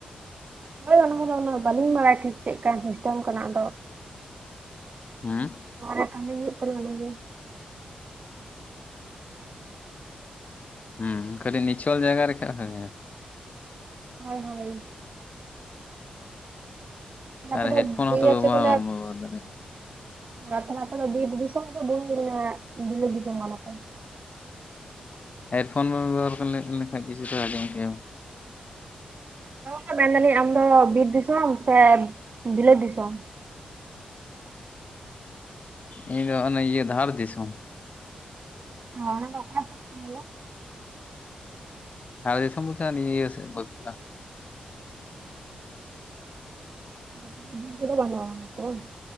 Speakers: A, on the right; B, on the left.
A: ᱦᱳᱭ ᱚᱱᱟ ᱠᱚᱫᱚ ᱩᱱᱟᱹᱜ ᱵᱟᱹᱞᱤᱧ ᱵᱟᱲᱟᱭ ᱴᱷᱤᱠ ᱪᱮᱫᱠᱟᱱ ᱥᱤᱥᱴᱮᱢ ᱠᱟᱱᱟ ᱟᱫᱚ
B: ᱦᱩᱸ
A: ᱯᱷᱚᱱ ᱨᱮ ᱠᱟᱢᱤ ᱦᱩᱭᱩᱜ ᱠᱟᱱᱟ ᱚᱱᱟᱜᱮ
B: ᱦᱩᱸ ᱠᱷᱟᱹᱞᱤ ᱱᱤᱪᱷᱚᱞ ᱡᱟᱭᱜᱟ ᱨᱮᱠᱷᱟᱡ ᱵᱟᱜᱤᱭᱟ᱾
A: ᱦᱳᱭ ᱦᱳᱭ ᱱᱚᱛᱮ
B: ᱟᱨ
A: ᱫᱚᱯ
B: ᱦᱮᱰᱯᱷᱳᱱ
A: ᱡᱮᱡᱟᱨ
B: ᱦᱚᱸᱛᱚ ᱵᱮᱵᱚᱦᱟᱨ
A: ᱪᱮᱫ ᱠᱚ ᱞᱮᱯ
B: ᱵᱟᱢ ᱵᱮᱵᱚᱦᱟᱨ ᱫᱟᱲᱮᱭᱟᱜᱼᱟ
A: ᱟᱨ ᱛᱷᱟᱞᱮ ᱟᱯᱮ ᱫᱚ ᱵᱤᱨ ᱫᱤᱥᱚᱢ ᱥᱮ ᱵᱤᱞ ᱢᱟᱱᱮ ᱵᱤᱞᱟᱹᱛ ᱫᱤᱥᱚᱢ ᱠᱟᱱᱟ ᱯᱮ?
B: ᱦᱮᱰᱯᱷᱳᱱ ᱵᱟᱵᱮᱱ ᱵᱮᱵᱚᱦᱟᱨ ᱞᱮᱠ ᱞᱮᱠᱷᱟᱡ ᱠᱤᱪᱷᱩ ᱫᱚᱭ ᱟᱸᱡᱚᱢ ᱠᱮᱭᱟᱢ᱾
A: ᱦᱚ ᱢᱮᱱᱫᱟᱹᱞᱤᱧ ᱟᱢ ᱫᱚ ᱵᱤᱨ ᱫᱤᱥᱚᱢ ᱥᱮ ᱵᱤᱞᱟᱹᱛ ᱫᱤᱥᱚᱢ?
B: ᱤᱧ ᱫᱚ ᱚᱱᱮ ᱤᱭᱟᱹ ᱫᱷᱟᱲ ᱫᱤᱥᱚᱢ᱾
A: ᱦᱚ ᱚᱱᱟᱫᱚ ᱚᱠᱟᱥᱮᱡ ᱠᱟᱱ ᱚᱱᱟᱫᱚ?
B: ᱫᱷᱟᱲ ᱫᱤᱥᱚᱢ ᱵᱚᱞᱛᱮ ᱱᱤᱭᱟᱹ ᱤᱭᱟᱹ ᱥᱮᱫ ᱵᱟᱹᱠᱩᱲᱟ᱾
A: ᱚ, ᱵᱤᱨ ᱠᱚᱫᱚ ᱵᱟᱹᱱᱩᱜᱼᱟ ᱛᱚ ᱵᱟᱝ?